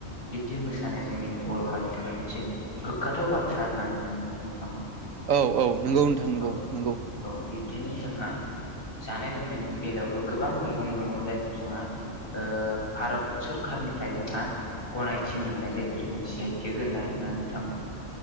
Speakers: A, on the left; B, on the right.
A: बिबदि मोसानाय जोंनि बर' हारिनि थाखाय मोनसे गोग्गाथाव बाथ्रा आरो ना नोंथां।
B: औ औ नंगौ नोंथां नंगौ
A: औ
B: नंगौ।
A: औ बिब्दिनो जोंहा जानाय लोंनायनि बेलायावबो गोबां मैगं दङ जायखौ जोंहा ओ भारत सोरखारनिफ्राय जोंहा गनायथि मोननाय जायो। बे खौ जोङो जि आइ टेग होनो आरोना नोंथां।